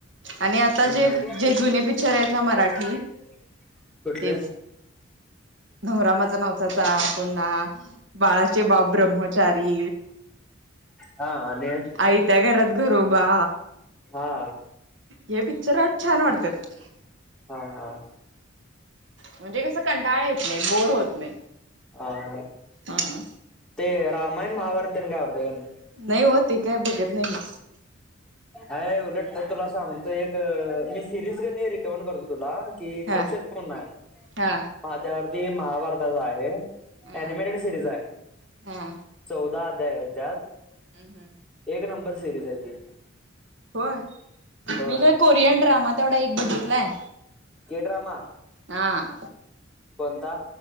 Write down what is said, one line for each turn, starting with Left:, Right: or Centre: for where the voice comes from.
Right: आणि आता
Centre: ह.
Right: जे जे जुने पिक्चर आहेत ना मराठी
Centre: <unintelligible> कुठल?
Right: तेच नवरा माझा नवसाचा पुन्हा बाळाचे बाप ब्रह्मचारी.
Centre: हा आणि?
Right: आय त्या घरात घरोबा.
Centre: हा
Right: हे पिकच्चर छान वाटत्यात.
Centre: हा हा
Right: म्हणजे कस कंटाळा येत नाही बोर होत नाही
Centre: हा हा
Right: हा
Centre: ते रामायण महाभारत आवडते का नाही?
Right: नाही ओ ते काय बघत नाही मी.
Centre: अ उलट तुला सांगतो अ एक मी सिरीज रि रिकमेड करतो तुला कि
Right: हा
Centre: कुरुक्षेत्र कोण आहे
Right: हा
Centre: त्यावरती महाभारताचा आहे.
Right: हा
Centre: अनिमेटेड सिरीज आहे
Right: हा
Centre: चौदा अध्याय आहेत त्यात.
Right: हम हमम.
Centre: एक नंबर सिरीज आहे ती
Right: होय.
Centre: होय.
Right: मी काय कोरियन ड्रामा तेवढा एक बघितलाय
Centre: त्यो ड्रामा
Right: हा
Centre: कोणता?